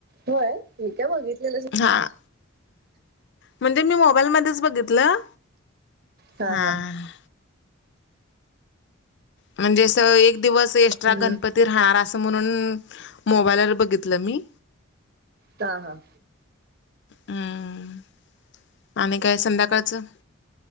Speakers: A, on the right; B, on the left.
A: होय मी काय बघितलेलच
B: हां म्हणजे मी मोबाईलमध्येच बघितलं.
A: हा
B: हां.
A: हा
B: म्हणजे आस एक दिवस एक्स्ट्रा
A: हम्म
B: गणपती राहणार अस म्हणून मोबाईलवर बघितलं मी.
A: हा हा!
B: हम्म आणि काय संध्याकाळचं